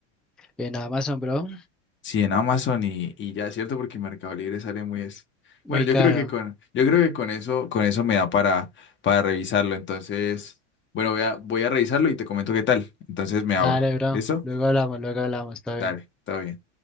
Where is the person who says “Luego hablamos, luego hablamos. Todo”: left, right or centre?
Centre